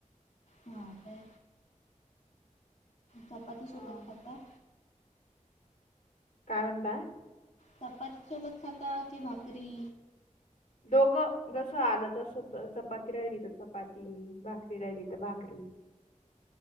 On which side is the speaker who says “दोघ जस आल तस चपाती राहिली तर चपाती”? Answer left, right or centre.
Left